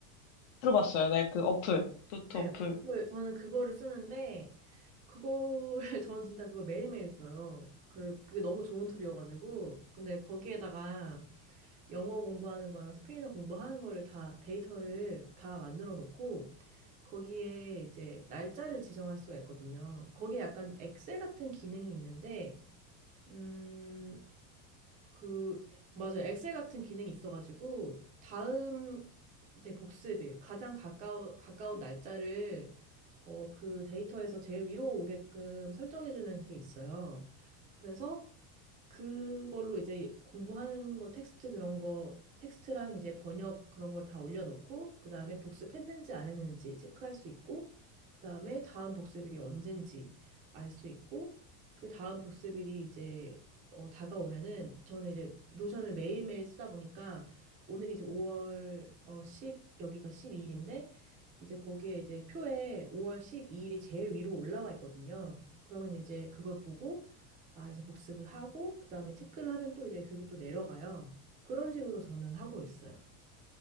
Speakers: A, on the left (about 50°); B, on the right (about 20°).
A: 들어봤어요. 네, 그 어플, 노트
B: 네,
A: 어플.
B: 그- 저는 그거를 쓰는데 그거를 <laughs> 저는 진짜 그거 매일매일 써요. 그 그게 너무 좋은 툴이어가지고 근데 거기에다가 영어 공부하는 거랑 스페인어 공부하는 거를 다 데이터를 다 만들어 놓고 거기에 이제 날짜를 지정할 수가 있거든요. 거기에 약간 엑셀 같은 기능이 있는데 음 그 맞아요 엑셀 같은 기능이 있어가지고 다음 이제 복습일 가장 가까운 가까운 날짜를 어, 그 데이터에서 제일 위로 오게끔 설정해주는 그게 있어요. 그래서 그걸로 이제 공부하는 거 텍스트 그런 거 텍스트랑 이제 번역 그런 걸 다 올려놓고 그 다음에 복습했는지 안 했는지 체크할 수 있고 그 다음에 다음 복습일이 언젠지 알 수 있고 그 다음 복습일이 이제 어, 다가오면은 저는 이제 노션을 매일매일 쓰다 보니까 오늘이 이제 5월 어, 10 여기가 12일인데 이제 거기에 이제 표에 5월 12일이 제일 위로 올라와 있거든요. 그러면 이제 그걸 보고 아, 이제 복습을 하고, 그 다음에 체크를 하면 또 이제 그게 또 내려가요. 그런 식으로 저는 하고 있어요.